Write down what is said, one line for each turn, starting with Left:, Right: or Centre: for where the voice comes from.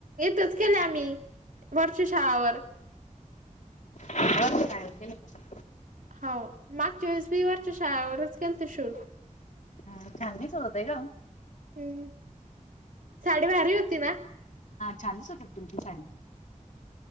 Right: च केले आम्ही वरषु शाळावर
Left: अ काय केले का?
Right: हो मागच्याोळीसवी वर्च्या शाळेवरच गेल ते शूट
Left: अ खांदी स होते का?
Right: हम्म साडी भारी होती ना.
Left: छानचकत तुमची साडी